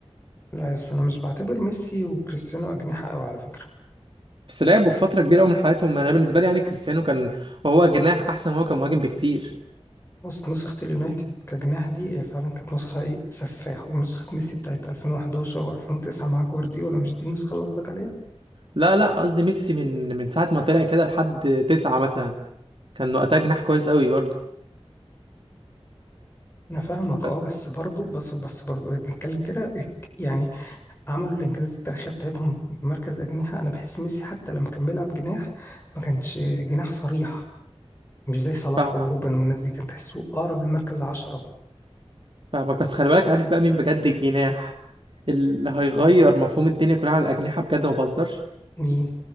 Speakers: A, on the left; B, on the right.
A: لا يس أنا مش بعتبر ميسي وكريستيانو أجنحة أوي على فكرة
B: بس لعبوا في فتره كبيره قوي من حياتهم انا بالنسبه لي يعني كريستيانو كان وهو جناح احسن وهو كان مهاجم بكتير
A: بص نسخة اليونايتد كجناح دي هي فعلا كانت نسخة إيه؟ سفاح ونسخة ميسي بتاعت 2011 و2009 مع جوارديولا مش دي النسخة اللي قصدك عليها؟
B: لا لا قصدي ميسي من من ساعه ما طلع كده لحد تسعة مثلا كان وقتها جناح كويس قوي برضه
A: أنا فاهمك
B: بس
A: أه بس برضه بس بس برضه إيه، بنتكلم كده إيه، يعني عملوا الإنجازات التاريخية بتاعتهم بمركز أجنحة أنا بحس ميسي حتى لما كان بيلعب جناح ما كانش جناح صريح مش زي صلاح
B: فاهمك
A: وروبن والناس دي كان تحسه أقرب للمركز عشرة
B: فاهمك بس خلي بالك عارف بقى مين بجد الجناح اللي هيغير مفهوم الدنيا كلها على الاجنحه بجد ما بهزرش
A: مين